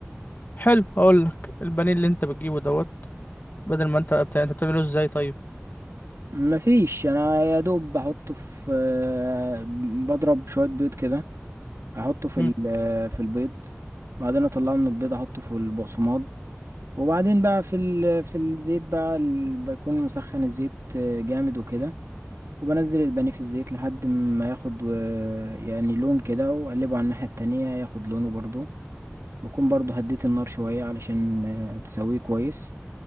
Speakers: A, on the left; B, on the right.
A: حلو اقول لك البانيه اللي انت بتجيبه دوت بدل ما انت بتاع انت بتعمله ازاي طيب
B: مفيش انا يا دوب بحطه في آه، بضرب شويه بيض كده احطه في
A: هم.
B: ال- في البيض بعدين اطلعه من البيض احطه في البقسماط وبعدين بقى في ال- في الزيت بقى ال- بيكون مسخن الزيت آه، جامد وكده وبنزل البانيه في الزيت لحد ما ياخد آه، يعني لون كده واقلبه على الناحية التانية ياخد لونه برضو بكون برضو هديت النار شوية علشان آه، تسويه كويس